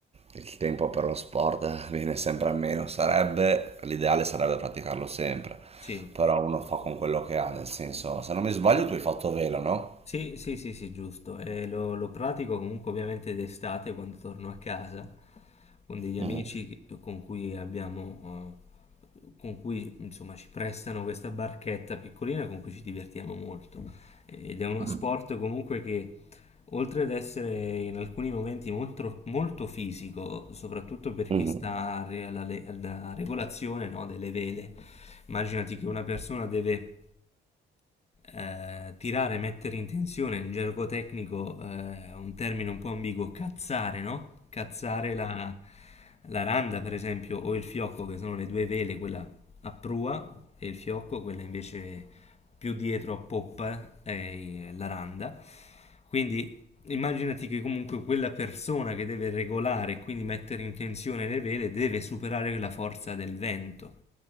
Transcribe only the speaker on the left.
Sì,
sì, sì, sì, sì, giusto. E lo, lo pratico comunque ovviamente d'estate quando torno a casa con degli amici
che- con cui abbiamo, eh, con cui insomma ci prestano questa barchetta piccolina con cui ci divertiamo molto. Ed è uno
sport comunque che Oltre ad essere in alcuni momenti molto, molto fisico, soprattutto per
chi sta a re- alla, le- alla regolazione, no, delle vele, immaginati che una persona deve eh, tirare, mettere in tensione, in gergo tecnico, eh, un termine un po' ambiguo, cazzare, no? Cazzare la, la randa, per esempio, o il fiocco, che sono le due vele, quella a prua e il fiocco, quella invece più dietro a poppa, è la randa. Quindi Immaginati che comunque quella persona che deve regolare e quindi mettere in tensione le vele deve superare la forza del vento,